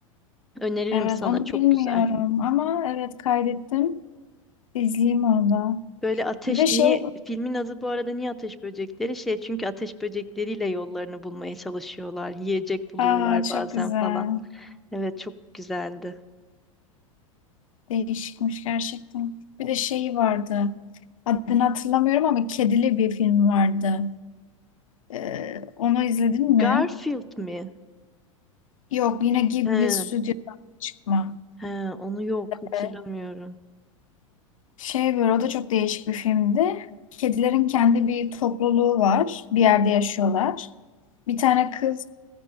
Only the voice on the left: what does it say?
Evet
onu
bilmiyorum
ama evet kaydettim. İzleyeyim onu da.
Bir de şey
aa çok
güzel.
Değişikmiş gerçekten. Bir de şey vardı. Adını hatırlamıyorum ama kedili bir film vardı. Ee, onu izledin mi?
Yok yine Ghibli
Stüdyo'dan çıkma.
Ee, şey böyle o da çok değişik bir filmdi. Kedilerin kendi bir topluluğu var. Bir yerde yaşıyorlar. Bir tane kız